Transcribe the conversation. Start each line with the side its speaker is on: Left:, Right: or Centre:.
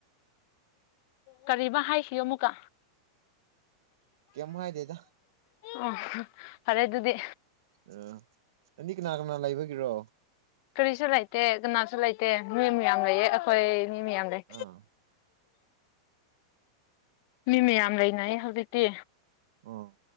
Left: ꯀꯔꯤꯕꯥ ꯍꯥꯏꯁꯤꯣ ꯑꯃꯨꯛꯀ
Right: ꯀꯩꯝ ꯍꯥꯏꯗꯦꯗ
Left: ꯑꯣ ꯐꯔꯦ ꯑꯗꯨꯗꯤ
Right: ꯑ ꯑꯅꯤ ꯀꯅꯥ ꯀꯅꯥ ꯂꯩꯕꯒꯤꯔꯣ
Left: ꯀꯔꯤꯁꯨ ꯂꯩꯇꯦ ꯀꯅꯥꯁꯨ ꯂꯩꯇꯦ ꯃꯤ ꯃꯌꯥꯝ ꯂꯩꯌꯦ ꯑꯩꯈꯣꯏ ꯃꯤ ꯃꯌꯥꯝ ꯂꯩ
Right: ꯑꯥ
Left: ꯃꯤ ꯃꯌꯥꯝ ꯂꯩꯅꯩ ꯍꯧꯖꯤꯛꯇꯤ
Right: ꯑ